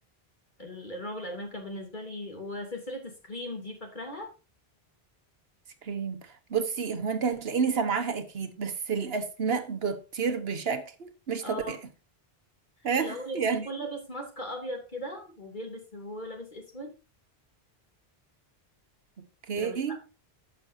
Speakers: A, on the left; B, on the right.
A: ال- الرعب الأجنبي كان بالنسبة لي وسلسلة سكريم دي فاكراها
B: سكريم بصي هو انت هتلاقيني سامعاها اكيد بس الاسماء بتطير بشكل مش
A: اه
B: طبيعي <laughs>
A: اللي هو اللي
B: يعني
A: بيكون لابس ماسك أبيض كده وبيلبس وهو لابس أسود
B: اوكي
A: لا مش بقى